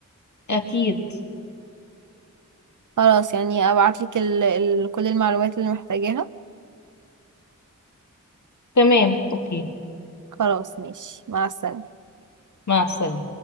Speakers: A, on the left; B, on the right.
A: اكيد
B: خلاص يعني ابعتلك ال ال كل المعلومات اللي محتاجاها
A: تمام اوكي
B: خلاص ماشي مع السلامة
A: مع السلامة